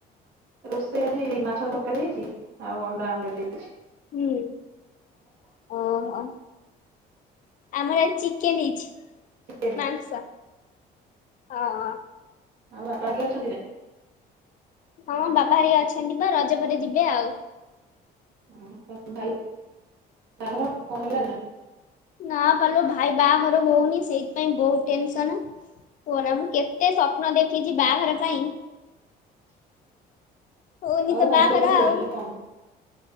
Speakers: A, on the right (about 75°); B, on the left (about 50°).
A: ରୋଷେଇ ଆଜି ମାଛ ତରକାରୀ ହେଇଚି ଆଉ ଅଣ୍ଡା ଆମଲେଟ ହେଇଚି।
B: ହୁଁ। ଓହ, ଆମର ଆଜି ଚିକେନ ହେଇଚି।
A: ଚିକେନ
B: ମାଂସ, ଅ ହ।
A: ଆଉ ବାପା ହେରିକା ଅଛନ୍ତି ନା?
B: ହଁ ବାପା ହେରିକା ଅଛନ୍ତି ପା ରଜ ପରେ ଯିବେ ଆଉ।
A: <unintelligible> ଭାଇ <unintelligible> କଣ ହେଲଣି ନା?
B: ନା ପାଲୋ ଭାଇ ବାହାଘର ହଉନି ସେଇଥିପାଇଁ ବହୁ ଟେନସନ୍। କୁହ ନା ମୁଁ କେତେ ସ୍ୱପ୍ନ ଦେଖିଚି ବାହାଘର ପାଇଁ।
A: <inaudible>
B: ହଉନି
A: ଆଉ
B: ତ
A: କଣ
B: ବାହାଘର
A: ଝିଅ ଠିକ୍ ହୋଉନି
B: ଆଉ
A: ନା କଣ?